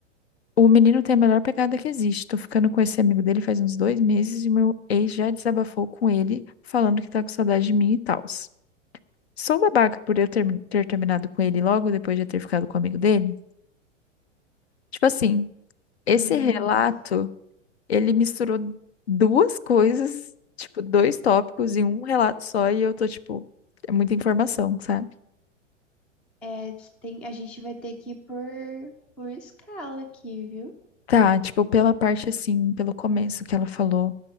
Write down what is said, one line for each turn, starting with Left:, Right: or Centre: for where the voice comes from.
Left: O menino tem a melhor pegada que existe. Tô ficando com esse amigo dele faz uns dois meses e meu ex já desabafou com ele, falando que tá com saudade de mim e tals. Sou babaca por eu ter, ter terminado com ele logo depois de eu ter ficado com o amigo dele? Tipo assim, esse
Centre: Hum,
Left: relato, ele misturou duas coisas, tipo, dois tópicos em um relato só e eu tô, tipo, é muita informação, sabe?
Centre: é, tem, a gente vai ter que ir por, por escala aqui, viu?
Left: Tá, tipo, pela parte assim, pelo começo que ela falou